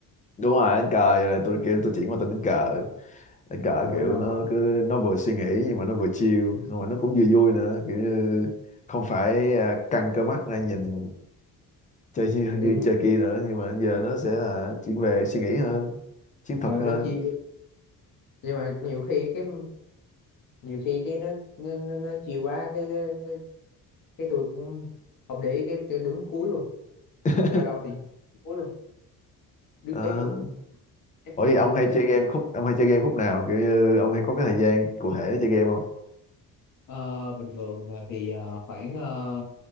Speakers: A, on the left (about 20°); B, on the left (about 65°).
A: đúng rồi đánh cờ giờ này tôi kiểu tôi chuyển qua tên đánh cờ đánh cờ
B: ờ lâu
A: kiểu
B: lâu
A: nó
B: ngồi
A: cứ nó vừa suy nghĩ nhưng mà nó vừa chill xong rồi nó cũng vừa vui nữa kiểu như không phải à, căng cơ mắt ra nhìn chơi như, như
B: tự nhiên-
A: chơi kia nữa nhưng mà giờ nó sẽ là chuyển về suy nghĩ hơn chiến thuật
B: ờ,
A: hơn
B: nó chia nhưng mà nhiều khi cái nhiều khi cái nó nó nó, nó chiều quá cái cái, cái cái tôi cũng không để ý cái, cái đứng cuối luôn
A: <laughs>
B: lâu lâu thì đứng cuối luôn đứng
A: Ờ.
B: bét luôn chắc
A: Ủa vậy
B: chưa
A: ông hay
B: chắc
A: chơi game khúc ông hay chơi game khúc nào kiểu như ông hay có cái thời gian cụ thể để chơi game không
B: Ờ, bình thường là thì ờ, khoảng ờ,